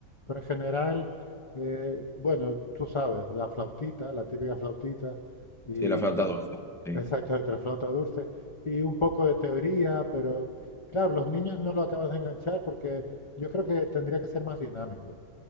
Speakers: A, on the left; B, in the centre.
A: pero en general, eh, bueno, tú sabes, la flautita, la típica flautita, y
B: sí, la flauta dulce. Sí,
A: exacto, entre flauta dulce, y un poco de teoría, pero claro, los niños no lo acaban de enganchar porque yo creo que tendría que ser más dinámico.